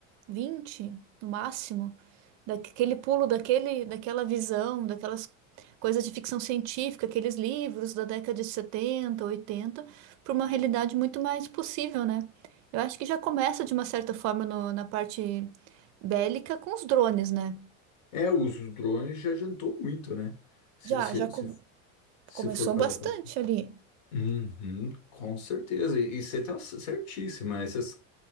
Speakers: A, on the right; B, on the left.
A: 20 no máximo. Daquele pulo daquele, daquela visão, daquelas coisas de ficção científica, aqueles livros da década de 70 80 para uma realidade muito mais possível, né? Eu acho que já começa de uma certa forma no- na parte bélica com os drones, né?
B: É, os drones já adiantou muito, né? Se,
A: Já,
B: se,
A: já, co-
B: se, se
A: Começou
B: for parar
A: bastante
B: pra
A: ali.
B: Uhum, com certeza. E e você está certíssima. Essas,